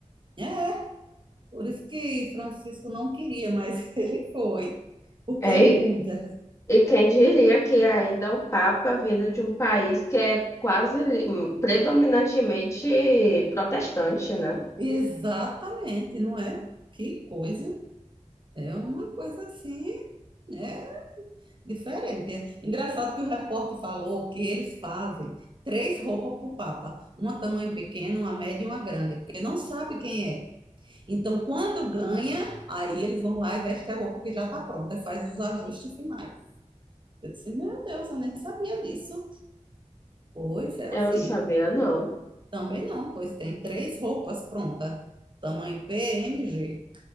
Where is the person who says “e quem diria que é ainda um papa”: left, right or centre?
Left